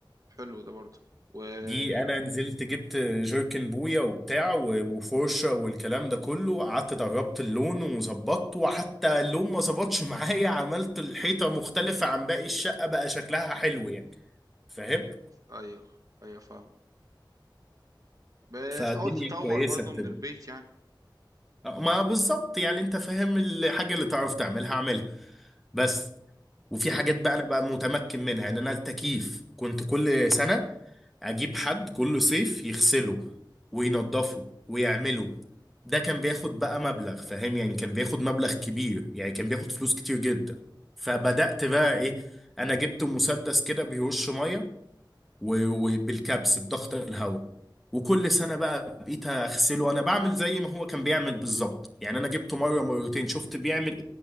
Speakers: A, on the right; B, in the centre.
A: حلو ده برضه و ال-
B: دي انا نزلت جبت جيركن بويا وبتاع و- وفرشه والكلام ده كله قعدت دربت اللون وظبطته وحتى اللون ما ظبطش معايا عملت الحيطه مختلفه عن باقي الشقه بقى شكلها حلو يعني فاهم
A: ايوه ايوه فاهم بتحاول
B: فالدنيا
A: تطور
B: كويسه
A: برضه
B: بتبقى
A: من البيت يعني
B: آه، ما بالظبط يعني انت فاهم الحاجه اللي تعرف تعملها اعملها بس وفي حاجات
A: حلو.
B: بقى انا بقى متمكن منها يعني انا التكييف كنت كل سنه اجيب حد كل صيف يغسله وينضفه ويعمله ده كان بياخد بقى مبلغ فاهم يعني كان بياخد مبلغ كبير يعني كان بياخد فلوس كتير جدا فبدأت بقى ايه انا جبت مسدس كده بيرش ميه و- وبالكبس بضغط الهواء وكل سنه بقى بقيت اغسله انا بعمل زي ما هو كان بيعمل بالظبط يعني انا جبته مره مرتين شفت بيعمل